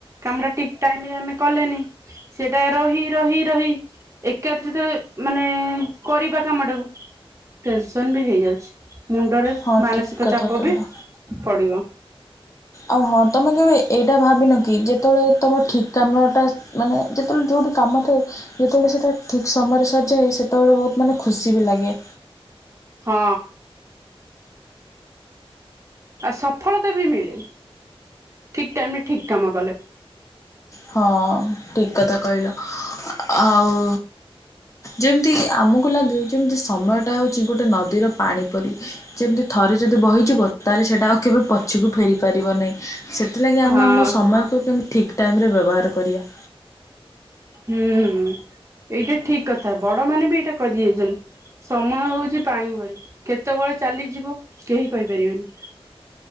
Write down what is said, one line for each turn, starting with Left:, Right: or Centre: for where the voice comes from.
Right: କାମ ଟା ଠିକ ଟାଇମ ରେ ଆମେ କଲେନି ସେଇଟା ରହି ରହି ରହି ଏକାତ୍ରିତ ମାନେ କରିବା କାମ ଟାକୁ ଟେନସନ ବି ହେଇଯାଉଛି ମୁଣ୍ଡରେ
Left: ହଁ
Right: ମାନସିକ
Left: ଠିକ୍ କଥା
Right: ଚାପ
Left: କହିଲ।
Right: ବି ପଢିବ।
Left: ଆଉ ହଁ ତମେ କେବେ ଏଇଟା ଭାବିନ କି ଯେତେବେଳେ ତୁମ ଠିକ୍ କାମଟା ମାନେ ଯେତେବେଳେ ଯୋଉଠୀ କାମ ଥାଏ ଯେତେବେଳେ ସେଟା ଠିକ୍ ସମୟରେ ସରିଯାଏ ସେତେବେଳେ ବହୁତ ମାନେ ଖୁସି ବି ଲାଗେ।
Right: ହଁ। ଆଉ ସଫଳତା ବି ମିଳେ ଠିକ ଟାଇମ ରେ ଠିକ କାମ କଲେ।
Left: ହଁ ଠିକ କଥା କହିଲ ଆଉ ଯେମିତି ଆମକୁ ଲାଗେ ଯେମିତି ସମୟଟା ହଉଛି ଗୋଟେ ନଦୀର ପାଣି ପରି। ଯେମିତି ଥରେ ଯଦି ବହିଯିବ ତା ହେଲେ ସେଇଟା ଆଉ କେବେ ପଛକୁ ଫେରି ପାରିବ ନାହିଁ। ସେଥିଲାଗି ଆମେ
Right: ହଁ
Left: ଆମ ସମୟକୁ
Right: ସେ
Left: କେମିତି ଠିକ ଟାଇମରେ ବ୍ୟବହାର କରିବା।
Right: ହୁଁ ଏଇଟା ଠିକ କଥା ବଡ ମାନେ ବି ଏଇଟା କହିଁ ଦେଇ ଯାଇଛନ୍ତି। ସମୟ ହଉଛି ପାଣି ଭଳି କେତେବେଳେ ଚାଲିଯିବ କେହି କହିପାରିବେନି।